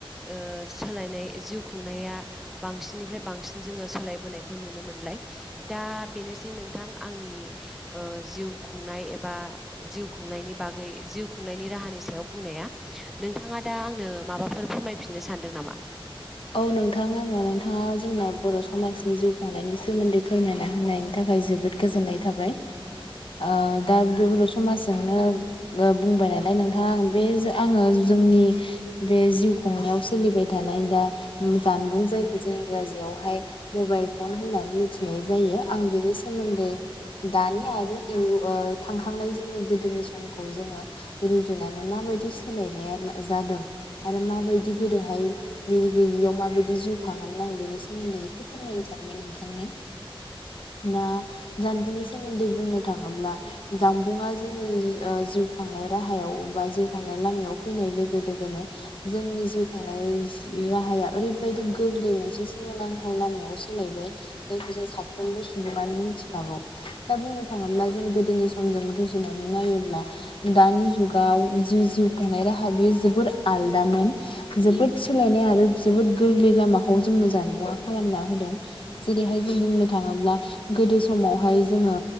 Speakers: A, in the centre; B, on the left.
A: ओ सोलायनाय जिउ खुंनाया बांसिननिफ्राय बांसिन जोङो सोलायबोनायखौ नुनो मोनबाय दा बेनोसै नोंथां आंनि ओ जिउ खुंनाय एबा जिउ खुंनायनि बागै जिउ खुंनायनि राहानि सायाव बुंनाया नोंथाङा दा आंनो माबाफोर फोरमायफिननो सानदों नामा? <inaudible>
B: औ नोंथां आङो नोंथाङा जोंना बर' समाजनि जिउ खुंनायनि सोमोन्दै फोरमायना होननायनि थाखाय जोबोद गोजोननाय थाबाय।
A: औ
B: ओ दा बे बर' समाजजोंनो ओ बुंबाय नालाय नोंथाङा आं बे ज आङो नि बे जिउ खुंनायाव सोलिबाय थानाय दा उम जानबुं जायखौ जों इंग्राजिआवहाय मबाइल फन होननानै मिथिनाय जायो। आं बिनि सोमोन्दै दानि आरो इउ ओ थांखांनाय जोंनि गोदोनि समखौ जोङो रुजुनानै मा बायदि सोलायनाया जादों आरो माबायदि
A: औ
B: गोदोहाय बिनि गैयियाव माबायदि जिउ खाङोमोन आं बेनि सोमोन्दै एसे फोरमायनो सानबाय नोंथांनो।
A: औ नोंथां।
B: ना जानबुंनि सोमोन्दै बुंनो थाङोब्ला जानबुंङा जोंनि ओ जिउ खांनाय राहायाव बा जिउ खांनाय लामायाव फैनाय लोगो लोगोनो जोंनि जिउ खांनाय राहाया ओरैबायदि गोरलै मोनसे सोमोनांथाव लामायाव सोलायबाय जायखौ जों साफ्रोमबो सुबुङानो मिथिखागौ दा बुंनो थाङोब्ला जों गोदोनि समजों रुजुनानै नायोब्ला दानि जुगाव जि जिउ खुंनाय राहा बेयो जोबोद आलदामोन जोबोद सोलायनाय आरो जोबोद गोरलै लामाखौ जोंनो जान मुंवा खालामना होदों जेरैहाय जों बुंनो थाङो थाङोब्ला गोदो समावहाय जोङो